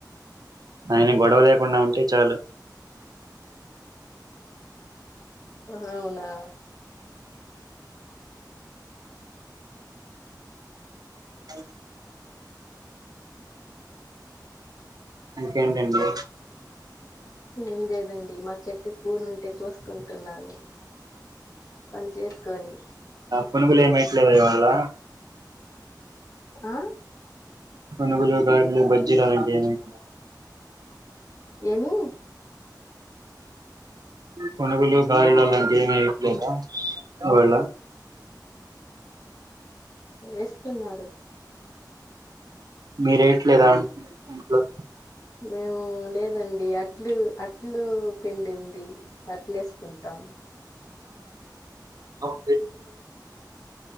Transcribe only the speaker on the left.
అవునా
ఏం లేదండి మా చెట్టు పూరు ఉంటే కోసుకుంటున్నాను పని చేసుకొని
ఆ
ఏమి
ఎస్తున్నారు
మేము లేదండి అట్లు అ అట్లు పిండి ఉంది అట్లు ఏసుకుంటాం